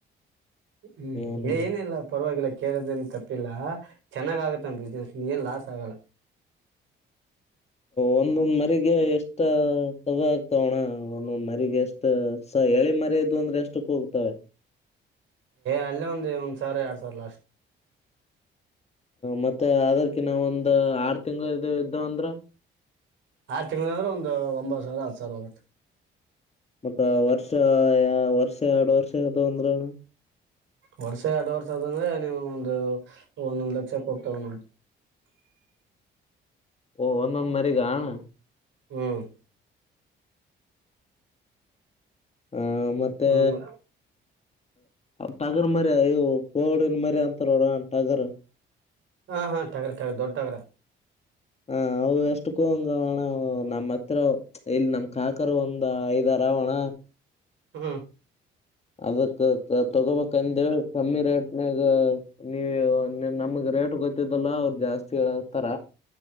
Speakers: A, on the right; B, on the left.
A: ಹ್ಮ್್ಮ
B: ಏನು
A: ಏನಿಲ್ಲ ಪರವಾಗಿಲ್ಲ ಕೇಳದನ್ ತಪ್ಪಿಲ್ಲ ಚೆನ್ನಾಗ್ ಆಗತ್ತ ಬಿಸ್ನೆಸ್ ನೀ ಏನ್ ಲಾಸ್ ಆಗಲ್ಲ
B: ಒಂದೊಂದ್ ಮರಿರಿಗೆ ಎಷ್ಟ ಸವೆ ಆಗ್ತಾವೋಣ ಒಂದೊಂದ್ ಮರಿರಿಗೆ ಎಷ್ಟ ಸ ಎಳಿ ಮರದು ಅಂದ್ರೆ ಎಷ್ಟಕ್ಕೋಗ್ತವೆ
A: ಅಲ್ಲೇ ಒಂದ ಒಂದ್ ಸಾವಿರ ಎರಡ್ ಸಾವಿರ ಲಾಸ್
B: ಮತ್ತ ಅದರ್ಕ ನಾವ ಒಂದ್ ಆರ್ ತಿಂಗಗಳು ಇದ ಇದ್ದವ ಅಂದ್ರ
A: ಆರು ತಿಂಗಳನಂದ್ರೆ ಒಂದು ಒಂಬತ್ತು ಸಾವಿರ ಹತ್ತು ಸಾವಿರ ಆೋಗುತ್ತೆ
B: ಮತ್ತ ವರ್ಷ ವರ್ಷ ಎರಡು ವರ್ಷ ಯಾವದು ಅಂದ್ರಣ
A: ವರ್ಷ ಎರಡು ವರ್ಷ ಅದಂದ್ರೆ ನೀವು ಒಂದು ಒಂದೊಂದ್ ಲಕ್ಷ ಕೊೋಗತವಟ
B: ಓ ಒಂದೊಂದ ಮರಿ ಕಾಣ
A: ಹ್ಮ್
B: ಹ ಮತ್ತೆ
A: ಒಂದೊಂದ್
B: ಟಗರ್ ಮರಿ ಇಯವು ಗೋಡಿನ ಮರಿ ಅಂತಾರೋಡ ಟಗರ್
A: ಹಾ ಹಾ ಠಾಕ್ರ ಠಾಕ್ರ ದೊಡ್ಡ ಠಕ್ರಾ
B: ಹ ಅವು ಎಷ್ಟಕ್ಕೂಂಗಣ ನಮ್ಮ್ ಹತ್ರ ಇಲ್ಲಿ ನಮ್ ಕಾಕರ್ ಒಂದ್ ಐದಾರ ಅವವಣ
A: ಹ್ಮ್
B: ಅದಕ್ ತಗೋಬೇಕ ಕಂದ ಕಮ್ಮಿ ರೇಟ್ನಾಗ ನೀವು ನಮಗ್ ರೇಟ್ ಗೊತ್ತಿದ್ದಲ್ಲ ಅವರು ಜಾಸ್ತಿತಾರ